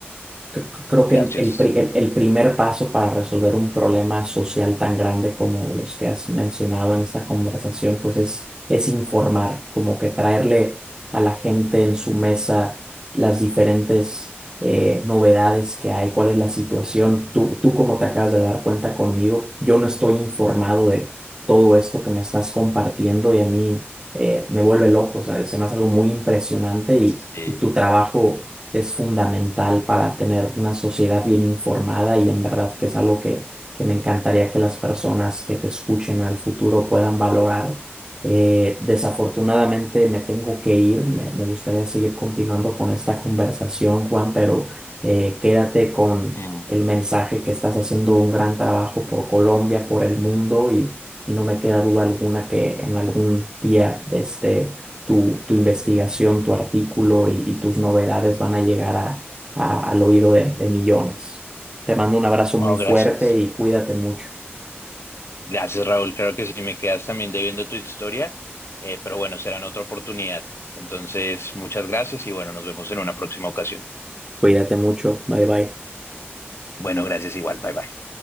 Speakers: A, on the right (about 15°); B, on the left (about 75°).
A: cre- Creo
B: Gracias.
A: que el, pri- el- el primer paso para resolver un problema social tan grande como los que has mencionado en esta conversación, pues es, es informar, como que traerle a la gente en su mesa las diferentes eh, novedades que hay, cuál es la situación. Tú, tú como te acabas de dar cuenta conmigo, yo no estoy informado de todo esto que me estás compartiendo y a mí eh, me vuelve
B: Mm,
A: loco, o sea, se me hace algo muy impresionante y,
B: Sí.
A: y tu trabajo es fundamental para tener una sociedad bien informada y en verdad que es algo que, que me encantaría que las personas que te escuchen al futuro puedan valorar. Eh, desafortunadamente me tengo que ir, me, me gustaría seguir continuando con esta conversación, Juan, pero eh, quédate con
B: Mm,
A: el mensaje que estás haciendo un gran trabajo por Colombia, por el mundo y, y no me queda duda alguna que en algún día de este tu, tu investigación, tu artículo y, y tus novedades van a llegar a- a- al oído de, de millones. Te mando un abrazo
B: No,
A: muy fuerte
B: gracias.
A: y cuídate mucho.
B: Gracias, Raúl. Claro que sí, me quedas también debiendo tu historia, eh, pero bueno, será en otra oportunidad. Entonces, muchas gracias y bueno, nos vemos en una próxima ocasión.
A: Cuídate mucho. Bye bye.
B: Bueno, gracias igual. Bye bye.